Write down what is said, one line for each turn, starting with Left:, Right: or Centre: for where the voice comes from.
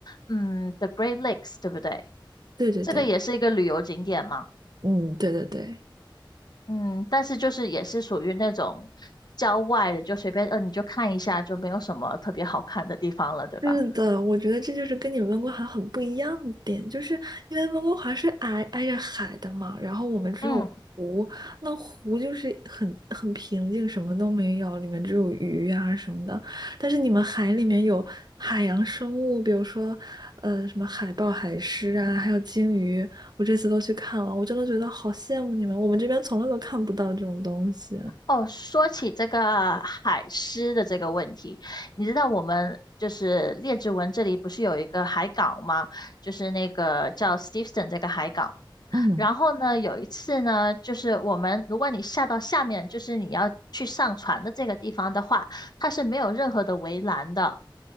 Left: 嗯，The Great Lakes，对不对？
Right: 对对对，
Left: 这个也是一个旅游景点嘛。
Right: 嗯，对对对。
Left: 嗯，但是就是也是属于那种郊外的，就随便呃你就看一下，就没有什么特别好看的地方了，对吧？
Right: 是的，我觉得这就是跟你们温哥华很不一样的点，就是因为温哥华是挨挨着海的嘛，然后我们只有湖，
Left: 嗯，
Right: 那湖就是很很平静，什么都没有，里面只有鱼啊什么的。但是你们海里面有海洋生物，比如说呃什么海豹、海狮啊，还有鲸鱼，我这次都去看了，我真的觉得好羡慕你们，我们这边从来都看不到这种东西。
Left: 哦，说起这个海狮的这个问题，你知道我们就是列治文这里不是有一个海港吗？就是那个叫 Steveston 这个海港。
Right: 嗯，
Left: 然后呢，有一次呢，就是我们如果你下到下面，就是你要去上船的这个地方的话，它是没有任何的围栏的。